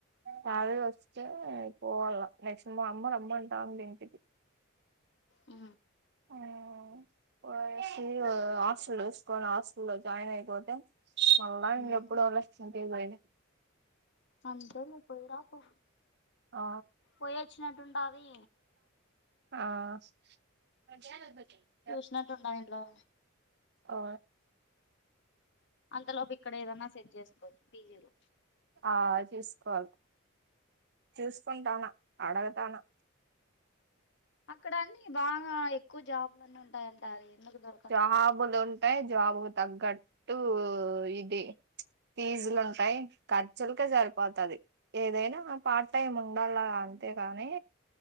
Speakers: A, on the right; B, on the left.
A: హాలిడే
B: ఆ
A: వస్తే పోవాల నెక్సిన మా అమ్మ రమ్మంటాండి ఇంటికి
B: ఉ
A: ఆ పోయాయి హాస్టల్ చసుకోని హాస్టల్ లో జాయిన్ అయిపోతే మళ్ళ ఇంగా
B: ఉమ్
A: ఎప్పుడోలే ఇంటికి పోయేది
B: అంతేలే పోయి రాపో
A: ఆ
B: పోయి అచ్చినట్టుంటది
A: ఆ
B: చూసినట్ ఉంటాది ఇంట్లో వాళ్ళని
A: ఆ
B: అంతలోపు ఇక్కడ ఏదన్నా సెట్ చేసుకోవచ్చు పీజీలో
A: ఆ చూసుకోవాల చూసుకుంటాను అడగుతానా
B: అక్కడ అన్నీ బాగా ఎక్కువ జాబలు అన్నిీ ఉంటాయింటారు ఎందుకు దొరకు
A: జాబులు ఉంటాయి జాబుకు తగ్గట్టు ఇది ఫీజులు ఉంటాయి ఖర్చులకే సరిపోతది ఏదైనా పార్ట్ టైమ్ ఉండలాగా అంతే కాని